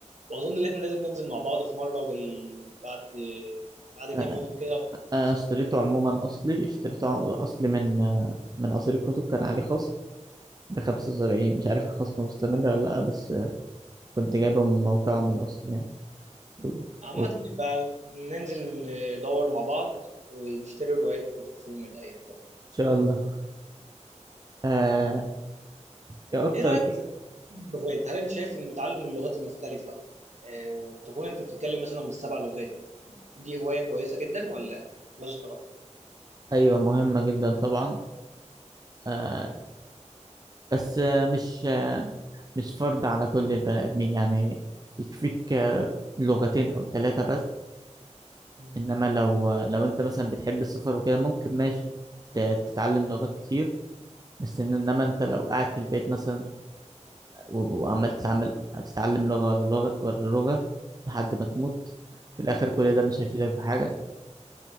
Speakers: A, on the right; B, on the right.
A: واظن ان احنا لازم ننزل مع بعض في مره بال... بعد بعد كام
B: آه
A: يوم كده
B: أنا
A: ونخلص امتحانات
B: اشتريته عموما أصلي اشتريته ع- أصلي من آه من قصير الكتب كان عليه خصم ب 75 مش عارف الخصم مستمر ولا لأ بس آه كنت جايبه من موقعهم الأصلي يعني و-
A: عامه
B: و- إن
A: يبقى ننزل ندور مع بعض ونشتري روايات وكتب في يوم من الايام
B: شاء الله آه يا أكتر
A: ايه رايك في اللغات هل انت شايف ان تعلم اللغات المختلفه آه، وتكون انت بتتكلم مثلا بالسبع لغات دي هوايه كويسه جدا ولا ماذا ترى
B: أيوة مهمة جدا طبعا آه بس آه مش آه مش فرض على كل البني آدمين يعني يكفيك آه لغتين أو ثلاثة بس
A: مم.
B: إنما لو آه لو أنت مثلا بتحب السفر وكده ممكن ماشي ت- تتعلم لغات كتير بس إن- إنما أنت لو قاعد في البيت مثلا و- وعمال تتعمل تتعلم لغة ورا لغة ورا لغة لحد ما تموت في الآخر كل ده مش هيفيدك في حاجة